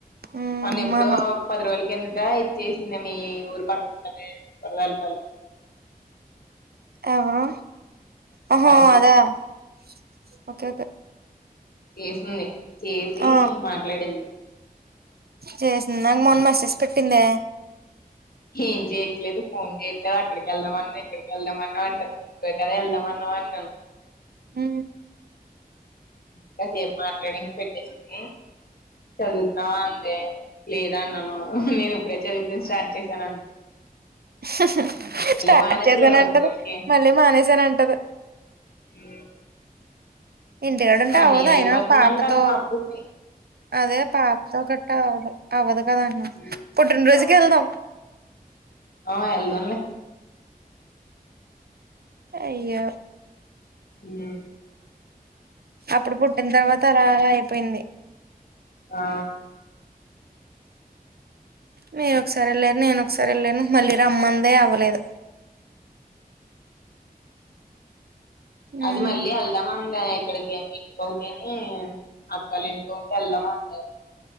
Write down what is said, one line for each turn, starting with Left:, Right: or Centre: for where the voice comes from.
Right: ఉమ్
Left: మొన్న ఎప్పుడో
Right: మన
Left: ఒక పది రోజుల కిందట ఇచ్చేసింది మీ ఊరు తాలప <unintelligible>
Right: ఎవరు ఒహో
Left: కాజీ
Right: అదాఓకేకే
Left: చేసింది చేసి
Right: ఆ
Left: మాట్లాడింది
Right: చేసింది నా మొన్న మెసేజ్ పెట్టిందే
Left: ఏం చేయట్లేదు ఫోన్ చేస్తాడు అక్కడికి వెళ్దామన్నా ఇక్కడికి వెళ్దామన్నా అంటారు ఇక్కడి కద వెళ్దామన్నా అన్నాను
Right: హు
Left: కాసేపు మాట్లాడిం పెట్టేస్తే చదువుతున్నావా అందే లేదా అన్నాను నేను ఇప్పుడే చదువుతు స్టార్ట్ చేశాను
Right: స <inaudible> స్టార్ట్
Left: మానేద్దులే
Right: చేసాన
Left: ఓ రెండు
Right: అంటది
Left: రోజులకి
Right: మళ్ళీ మానేసాన అంటది
Left: ఈ
Right: ఇంటికాడుంటే
Left: వన్
Right: అవ్వదు
Left: ఇయరు అయిపోతుందంట
Right: అయినా పాపతో
Left: వాళ్ళ పాపుకి
Right: అదే పాపతో గట్ట అవ్వదు అవ్వదు కద అన్న
Left: ఉమ్,
Right: పుట్టినరోజుకి
Left: అవును
Right: వెళ్దాం
Left: ఆ ఎల్దంలే
Right: అయ్యో
Left: హూ
Right: అప్పుడు పుట్టిన తర్వాత అరాగ అయిపోయింది
Left: ఆ
Right: మీరుకసారి వెళ్ళరు నేనొకసారి వెళ్ళను మళ్ళీ రమ్మందే అవ్వలేదు ఉమ్
Left: అది మళ్ళీ ఎల్దామా ఇంగ ఇక్కడికి మీకు ఓకే అని అక్కాల ఇంటికోటి వెళ్దామంట